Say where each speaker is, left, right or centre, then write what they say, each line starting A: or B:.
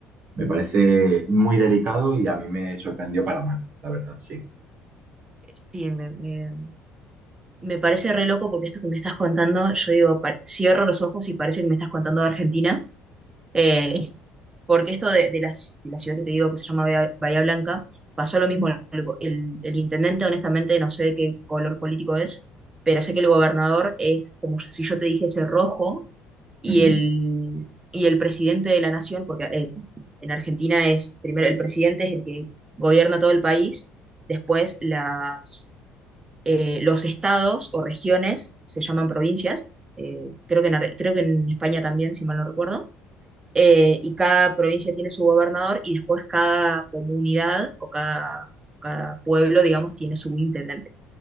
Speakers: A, on the right; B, on the right.
A: Me parece muy delicado y a mí me sorprendió para mal, la verdad, sí.
B: Sí, me, me- me parece re loco porque esto que me estás contando, yo digo, pa- cierro los ojos y parece que me estás contando de Argentina. Eh, porque esto de, de la, de la ciudad que te digo que se llama Bahía, Bahía Blanca, pasó lo mismo. El, el- el intendente, honestamente, no sé de qué color político es, pero sé que el gobernador es como si yo te dijese rojo y
A: Ujú.
B: el, y el presidente de la nación, porque en, en Argentina es primero el presidente es el que gobierna todo el país, después las, eh, los estados o regiones se llaman provincias. eh, creo que en, Ar- creo que en España también, si mal no recuerdo eh, y cada provincia tiene su gobernador y después cada comunidad o cada, cada pueblo, digamos, tiene su intendente.